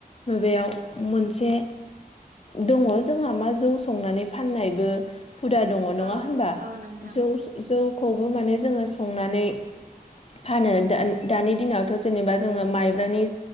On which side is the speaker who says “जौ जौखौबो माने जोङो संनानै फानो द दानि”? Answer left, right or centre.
Left